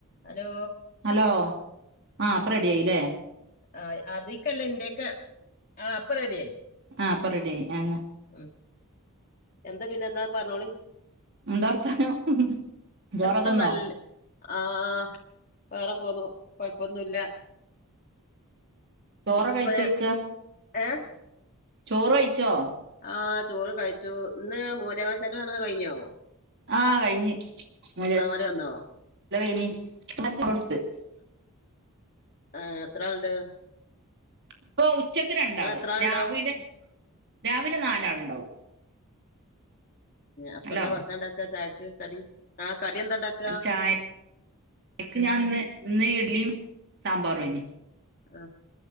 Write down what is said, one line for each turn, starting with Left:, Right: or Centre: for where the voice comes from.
Left: Hello
Right: hello ആ അപ്പം ready ആയില്ലേ
Left: ആ അതിക്കല്ല എന്റെയൊക്കെ ആ അപ്പ റെഡിയായി
Right: ആഹ്പ്പൊ റെഡിയ ആായി ആ
Left: ഉം എന്താ പിന്നെ എന്താ പറഞ്ഞോളി
Right: എന്താ വർത്താനം ചോറൊക്കെ
Left: ത്ത
Right: തിന്നോ
Left: നല്ല ആഹ വേറെ പോന്നു കൊഴപ്പൊന്നുമല്ല.
Right: ചോറൊ കഴിച്ചോക്ക
Left: ഇപ്പ ഏഹ്
Right: ഈചോറ് കഴിച്ചോ?
Left: ആ ചോറ് കഴിച്ചു ഇന്ന് മൂലവശട്ട കു കഴിഞ്ഞോ?
Right: ആഹ കഴിഞ്ഞ്ചച്ച
Left: ഉസ്താമാര് വന്നോ
Right: ഇനി മര കൊടുത്ത് <unintelligible>
Left: ആ എത്ര ആളുണ്ട്?
Right: ഇപ്പൊ ഉച്ചക്ക് രണ്ടാള്
Left: നിങ്ങള് എത്ര ആളുണ്ടാവും
Right: രാവിലെ രാവിലെ നാലാൾ ഉണ്ടാവും
Left: അപ്പ
Right: ഹലോ
Left: എന്താ ഭക്ഷണം ഉണ്ടാക്കാ ചായക്ക് കടി ആ കടി എന്താ ഉണ്ടാക്കുക
Right: ചായക്ക് ഞാൻ ഇന്ന് ഇന്ന് ഇഡ്ലിയും സാമ്പാറും ആയിന്
Left: ആഹ്